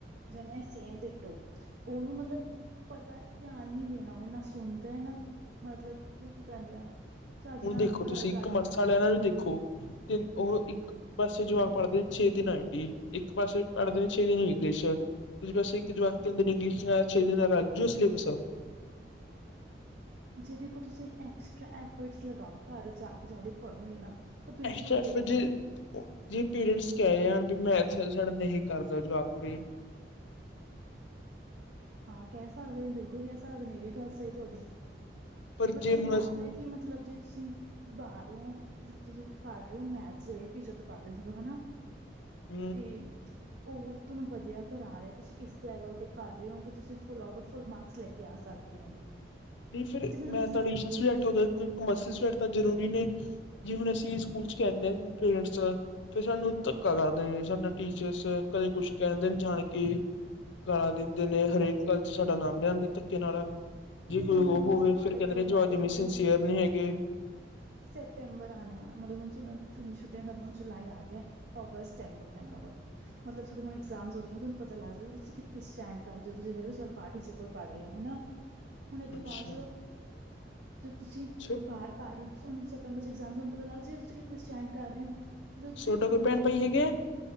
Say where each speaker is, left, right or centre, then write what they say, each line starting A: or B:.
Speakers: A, on the right (about 70°); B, on the left (about 80°).
A: ਜਮਾ ਈ ਸੇਮ ਡਿਟੋ, ਉਹਨੂੰ ਮਤਲਬ ਪਤਾ ਧਿਆਨ ਹੀ ਨਹੀਂ ਦੇਣਾ ਉਹਨੇ ਨਾ ਸੁਣਦਾ ਨਾ ਮਤਲਬ ਕਿ ਉਹ ਕੀ ਕਹਿੰਦੇ ਆ, ਚੱਜ
B: ਹੁਣ
A: ਨਾਲ
B: ਦੇਖੋ
A: ਗੱਲ
B: ਤੁਸੀਂ
A: ਕਰ
B: ਕਮਰਸ
A: ਪਾਉਂਦਾ
B: ਵਾਲਿਆਂ ਨਾਲ ਵੀ ਦੇਖੋ ਤੇ ਉਹ ਇੱਕ ਇੱਕ ਪਾਸੇ ਜਵਾਬ ਪੜ੍ਹਦੇ ਨੇ ਛੇ ਦਿਨ ਆ ਇੰਡੀ ਇੱਕ ਪਾਸੇ ਪੜ੍ਹਦੇ ਨੇ ਛੇ ਦਿਨ ਇੰਗਲਿਸ਼, <unintelligible>
A: ਜਿਦੇ ਕੋਲ ਤੁਸੀਂ ਐਕਸਟਰਾ ਇਫਰਟਸ ਲਗਾਓ ਘਰ ਜਾ ਕੇ ਜਿਆਦੇ ਪੜੋਗੇ ਨਾ ਤਾਂ
B: ਐਕਸਟਰਾ
A: ਬਿਲਕੁਲ
B: ਐਫਰਟ
A: ਹੋ ਜਾਏਗਾ।
B: ਜੇ ਜੇ ਪੇਰੈਂਟਸ ਕਹਿ ਰਹੇ ਹਨ ਵੀ ਮੈਥ ਸਾਡਾ ਨਹੀਂ ਕਰਦਾ ਜਵਾਖ ਉਰੇ,
A: ਹਾਂ ਕਹਿ ਸਕਦੇ ਨੇ ਬਿਲਕੁਲ ਕਹਿ ਸਕਦੇ ਨੇ ਇਹ ਵੀ ਗੱਲ ਸਹੀ ਤੁਹਾਡੀ,
B: ਪਰ
A: ਬਟ
B: ਜੇ
A: ਤੁਹਾਨੂੰ
B: ਹੁਣ
A: ਲੱਗਦਾ ਕੀ ਮਤਲਬ ਜੇ ਤੁਸੀਂ ਬਾਹਰੋਂ ਜੇ ਤੁਸੀਂ ਪੜ੍ਹ ਰਹੇ ਹੋ ਮੈਥ ਜਿਹੜੇ ਵੀ ਟੀਚਰ ਤੋਂ ਪੜ੍ਹ ਰਹੇ ਚਲੋ ਹਨਾ,
B: ਹੂੰ।
A: ਤੇ ਉਹ ਤੁਹਾਨੂੰ ਵਧੀਆ ਕਰਾ ਰਿਹਾ ਤੁਸੀਂ ਇਸ ਲੈਵਲ ਤੇ ਕਰ ਰਹੇ ਹੋ ਤੁਸੀਂ full out of full marks ਲੈ ਕੇ ਆ ਸਕਦੇ ਹੋ,
B: ਨਹੀਂ ਫਿਰ
A: ਜੇ ਮੈਂ ਤੁਹਾਨੂੰ
B: ਮੈ
A: ਦੱਸਾਂ
B: ਤੁਹਾਡੀ ਊਸ਼ਨ ਵੀ ਬੈਠੋ ਕਮਰਸਿਸ ਬੈਠ ਜ਼ਰੂਰੀ ਨੇ ਜੀ ਹੁਣ ਅਸੀਂ ਸਕੂਲ ਚ ਕਹਿੰਦੇ ਹਾਂ ਪੇਰੈਂਟਸ ਫਿਰ ਸਾਨੂੰ ਧੱਕਾ ਕਰਦੇ ਨੇ ਸਾਡਾ ਟੀਚਰਸ ਕਦੇ ਕੁਛ ਕਹਿੰਦੇ ਨੇ ਜਾਣ ਕੇ, ਗਾਲਾਂ ਦਿੰਦੇ ਨੇ ਹਰੇਕ ਗੱਲ ਚ ਸਾਡਾ ਨਾਮ ਲਿਆਂਦੇ ਨੇ ਧੱਕੇ ਨਾਲ। ਜੇ
A: ਦੇਖੋ
B: ਕੋਈ
A: ਹੁਣ
B: ਉਹ
A: ਮੈਂ ਤੁਹਾਨੂੰ ਦੱਸਾਂ
B: ਹੋਵੇ
A: ਤੁਹਾਡੇ
B: ਫਿਰ ਕਹਿੰਦੇ
A: ਕੋਲ
B: ਨੇ ਜਵਾਕ
A: ਰਹਿ ਗਏ
B: ਜਮੀ
A: ਦੇਖੋ
B: ਸਿੰਸੀਅਰ ਨਹੀਂ ਹੈਗੇ
A: ਸੈਪਟੈਂਬਰ ਆਣੇ ਵਾਲਾ ਮਤਲਬ ਹੁਣ ਛੁੱਟੀਆ ਖ਼ਤਮ ਹੋਣ ਜੁਲਾਈ ਆ ਗਿਆ, ਆਗਸਤ ਸੰਤਵਰ ਨੰਬਵਰ। ਮਤਲਬ ਹੁਣ ਸੋਡੇ ਇਗਾਮਸ ਹੁਣ ਪਤਾ ਲੱਗਜੇ ਗਾ ਤੁਸੀ ਕਿੱਥੇ ਸਟੈਂਡ ਕਰਦੇ ਹੋ ਜਿਹੜੇ ਟੀਚਰ ਕੋਲ ਪੜ੍ਹ ਰਹੇ ਹੋ ਹਨਾ, ਹੁਣ ਇਹਦੋਂ
B: ਅੱਛਾ
A: ਬਾਅਦ, ਜੋ ਤੁਸੀਂ
B: ਸੋ
A: ਬਾਹਰ, ਪੜ੍ਹ ਸੋਨੂੰ ਸਤੰਬਰ ਇਗਾਮਸ ਪਤਾ ਲੱਗ ਜਾ ਤੁਸੀਂ ਕਿਥੇ ਸਟੈਂਡ ਕਰ ਰਹੇ ਹੋ, ਜਦੋਂ ਤੁਸੀਂ
B: ਤੁਹਾਡਾ ਕੋਈ
A: ਮਤਲਬ
B: ਭੈਣ ਭਾਈ ਹੈਗੇ ਆ?